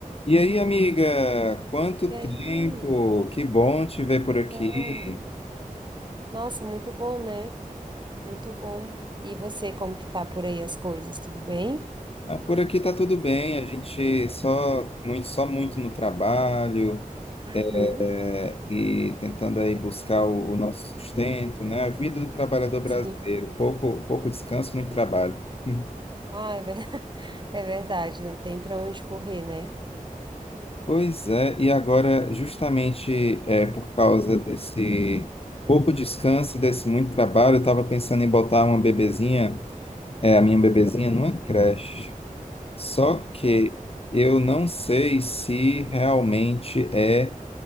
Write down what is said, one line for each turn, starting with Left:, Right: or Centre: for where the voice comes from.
Left: E aí, amiga, quanto
Right: E aí,
Left: tempo? Que bom te ver por aqui.
Right: então, nossa, muito bom, né? Muito bom. E você, como que tá por aí as coisas? Tudo bem?
Left: Ah, por aqui tá tudo bem, a gente só muito, só muito no trabalho,
Right: Uhum.
Left: é, e tentando aí buscar o, o nosso sustento, né? A vida do trabalhador brasileiro,
Right: Sim.
Left: pouco, pouco descanso, muito trabalho. <laughs>
Right: Ah, é, ver- <laughs> é verdade, não tem para onde correr, né?
Left: Pois é, e agora, justamente é, por causa desse pouco descanso e desse muito trabalho, eu estava pensando em botar uma bebezinha É, a minha bebezinha numa creche.
Right: Hum.
Left: Só que
Right: Ah,
Left: eu não sei se realmente é